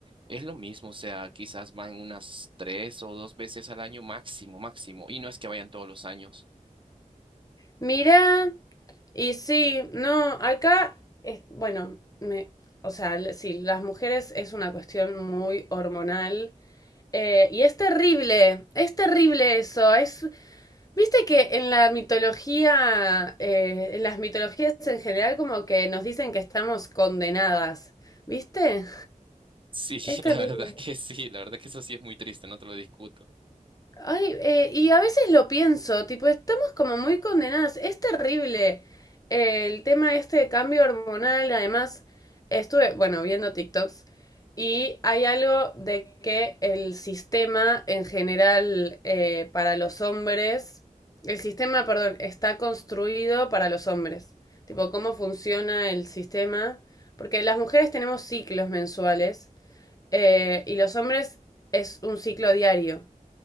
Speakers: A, on the right; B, on the left.
A: es lo mismo, o sea, quizás van unas tres o dos veces al año máximo, máximo, y no es que vayan todos los años.
B: Mirá, y sí, no, acá es, bueno, me, o sea, l- sí, las mujeres es una cuestión muy hormonal. eh, y es terrible, es terrible eso, es, Viste que en la mitología, eh, en las mitologías en general, como que nos dicen que estamos condenadas. ¿Viste?
A: Sí, <laughs>
B: Es terrible.
A: la verdad que sí, la verdad que eso sí es muy triste, no te lo discuto.
B: Ay, eh, y a veces lo pienso, tipo, estamos como muy condenadas. Es terrible eh, el tema este de cambio hormonal. Además, estuve, bueno, viendo TikToks y hay algo de que el sistema en general eh, para los hombres, el sistema, perdón, está construido para los hombres. Tipo, cómo funciona el sistema. Porque las mujeres tenemos ciclos mensuales eh, y los hombres es un ciclo diario.